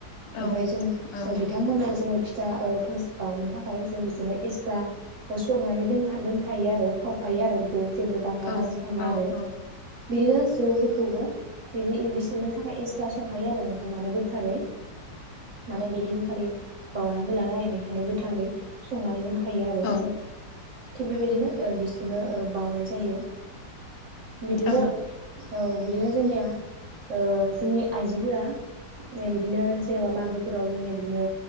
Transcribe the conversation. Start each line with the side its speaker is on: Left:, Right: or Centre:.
Left: औ
Right: ओमफाय जों
Left: औ
Right: बिथांमोननो जोङो फि जा ओ फोरिस बावनो थाखाय जों बिसोरनो एक्सथ्रा संनानै दो दोनखायो आरो खावफायो आरो बेखौ जेबो दांला
Left: औ
Right: दासि खालामा
Left: औ
Right: आरो
Left: औ
Right: बिदिनो जौफोरखौबो बिदिनो एदबिसिननो थाखाय एक्सट्रा संखायो आरो नोंथां माने थारै माने बेदिन खालि बावउनांगो लानाय बेनिखायनो गोथारै संनानै दोनखायो आरो
Left: औ
Right: थिग बेबायदिनो बिसरनो ओ बावनाय जायो बिदिनो
Left: औ
Right: औ बिदिनो जोंनिया ओ जोंनि आइजोफोरा ओ बिदिनो जेनेबा मागोफोराव जोंनिया बिदिनो